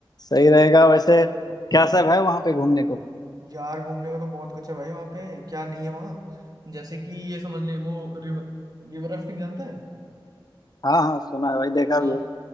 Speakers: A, on the left (about 50°); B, on the right (about 50°).
A: सही रहेगा वैसे क्या सब है
B: है
A: वहाँ पे घूमने को
B: यार घूमने को तो बहुत कुछ है भाई वहाँ पे क्या नहीं है वहाँ जैसे कि ये समझ ले वो रिवर रिवर राफ्टिंग जानता है
A: हाँ हाँ सुना है भाई देखा
B: हाँ
A: भी है